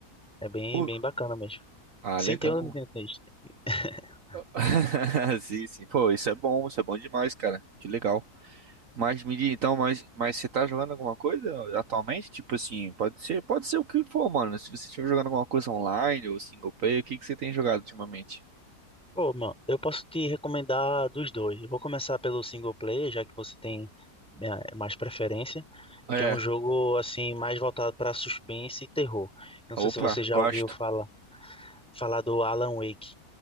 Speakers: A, in the centre; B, on the right (about 60°).
A: É bem,
B: Pô,
A: bem bacana mesmo.
B: Ah,
A: Sim,
B: legal.
A: tem o Nintendo Switch. <laughs>
B: <laughs> Sim, sim. Pô, isso é bom, isso é bom demais, cara. Que legal. Mas me diz, então, mas, mas você tá jogando alguma coisa atualmente? Tipo assim, pode ser, pode ser o que for, mano. Se você estiver jogando alguma coisa online ou single player, o que que você tem jogado ultimamente?
A: Pô, mano, eu posso te recomendar dos dois. Eu vou começar pelo single player, já que você tem eh, mais preferência,
B: É,
A: que é um jogo assim mais voltado para suspense e terror. Eu não sei
B: opa,
A: se você já
B: gosto.
A: ouviu falar, falar do Alan Wake.